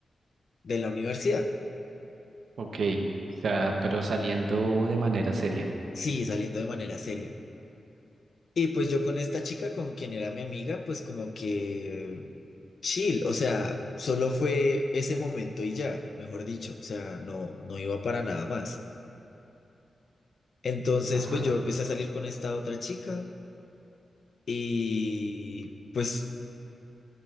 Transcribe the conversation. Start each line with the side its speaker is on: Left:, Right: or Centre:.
Left: de la universidad.
Right: Ok, o sea, pero saliendo de manera seria.
Left: Sí, saliendo de manera seria. Y pues yo con esta chica, con quien era mi amiga, pues como que chill, o sea, solo fue ese momento y ya, mejor dicho, o sea, no, no iba para nada más. Entonces,
Right: Ajá.
Left: pues yo empecé a salir con esta otra chica y pues